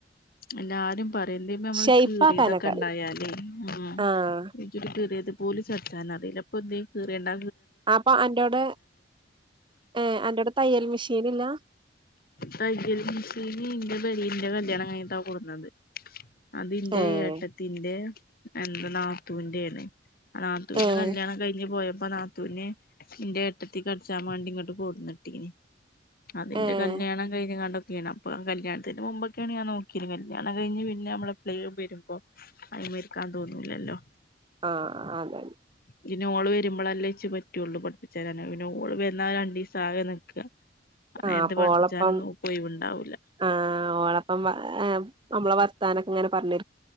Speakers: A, on the left (about 55°); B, on the right (about 30°).
A: എല്ലാരും പറയുന്ന് പ്പമ്മള്
B: ഷെയ്പ്പാക്കാനൊക്കെ
A: കീറിതൊക്കെണ്ടായാലേ
B: അറിയും
A: ഉം
B: ആഹ്
A: കീറിത് പോലും അടിച്ചാൻ അറീല്ല അപ്പോതീ കീറണ്ട
B: പ്പൊ അൻ്റോടെ ഏ അൻ്റോടെ തയ്യൽ മെഷീൻഇല്ല
A: തയ്യൽ മിഷിന് ഇന്റെ കല്യാണം കയ്ഞ്ഞ്ട്ടാ കൊട്ന്നത് അതിൻ്റെ
B: ഏഹ്
A: ഏട്ടത്തിന്റെ എന്ത നാത്തൂന്റെണ് ആ നാത്തൂൻ്റെ
B: ഏഹ്
A: കല്യാണം കഴിഞ്ഞ് പോയപ്പോ നാത്തുന് ഇന്റെ ഏട്ടത്തിക്കട്ച്ചാൻ മാണ്ടി ഇങ്ങോട്ട് കൊടുന്നിട്ടീന് അതിന്റെ
B: ഏഹ്
A: കല്യാണം കഴിഞ്ഞ് കാണ്ട ക്കെണ് പ്പോ കല്യാണത്തിന്റെ മുമ്പൊക്കേണേ ഞാൻ നോക്കി കല്യാണം കഴിഞ് പിന്നെ നമ്മള് പ്ലേലും വരുമ്പോ അമയ്രിക്കാൻ തോന്നൂലല്ലോ
B: ആഹ് അതെതെ
A: പിന്നെ ഓള് വരുമ്പോൾ അല്ലേച്ച് പറ്റുള്ളൂ പഠിപ്പിച്ചേരാന് പിന്നെ ഓള് വന്നാ രണ്ടീസം ആകെ നിക്കാ
B: ആ
A: നേരത്ത്
B: അപ്പൊ
A: പഠിപ്പിച്ചാനൊന്നും
B: ഓളപ്പം
A: ഓക്ക് ഒഴിവുണ്ടാവൂല
B: ആ ഓളപ്പം നമ്മള് ർത്താനൊക്കിങ്ങെനെ പറഞ്ഞി